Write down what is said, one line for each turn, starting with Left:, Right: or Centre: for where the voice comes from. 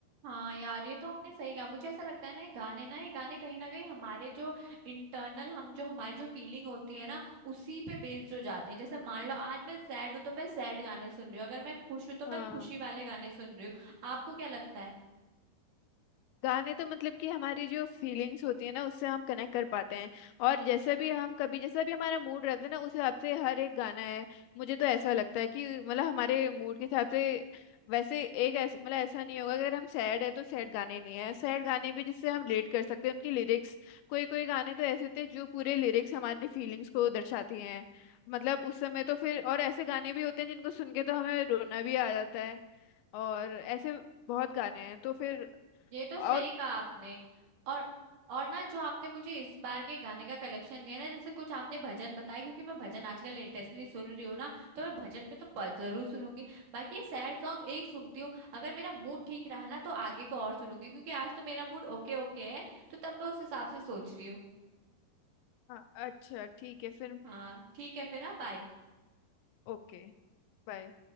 Right: हाँ यार ये तो आपने सही कहा मुझे ऐसा लगता है ना ये गाने ना ये गाने कहीं ना कहीं हमारे जो इंटरनल हम जो हमारी जो फीलिंग होती है ना उसी पे बेस्ड हो जाते हैं जैसे मान लो आज मैं सैड हूँ तो मैं सैड गाने सुन रही हूँ अगर मैं खुश हूँ तो मैं
Left: हाँ
Right: खुशी वाले गाने सुन रही हूँ आपको क्या लगता है
Left: गाने तो मतलब कि हमारी जो फीलिंग्स होती है ना उससे हम कनेक्ट कर पाते हैं और जैसे भी हम कभी जैसा भी हमारा मूड रहता है ना उस हिसाब से हर एक गाना है मुझे तो ऐसा लगता है कि मतलब हमारे मूड के हिसाब से वैसे एक ऐसा मतलब ऐसा नहीं होगा अगर हम सैड है तो सैड गाने नहीं है सैड गाने भी जिससे हम रिलेट कर सकते हैं उनकी लिरिक्स कोई कोई गाने तो ऐसे होते हैं जो पूरे लिरिक्स हमारी फीलिंग्स को दर्शाती हैं मतलब उस समय तो फिर और ऐसे गाने भी होते हैं जिनको सुन के तो हमें रोना भी आ जाता है और ऐसे बहुत गाने हैं तो फिर
Right: ये तो
Left: और
Right: सही कहा आपने और और ना जो आपने मुझे इस बार के गाने का कलेक्शन दिया ना जैसे कुछ आपने भजन बताया क्योंकि मैं भजन आजकल लेटेस्टली सुन रही हूँ ना तो मैं भजन पे तो प- जरूर सुनूंगी बाकी ये सैड सॉन्ग एक सुनती हूँ अगर मेरा मूड ठीक रहा ना तो आगे को और सुनूंगी क्योंकि आज तो मेरा मूड ओके ओके है तो तब मैं उस हिसाब से सोच रही हूँ
Left: हाँ अच्छा ठीक है फिर
Right: हाँ ठीक है फिर हाँ बाय
Left: ओके बाय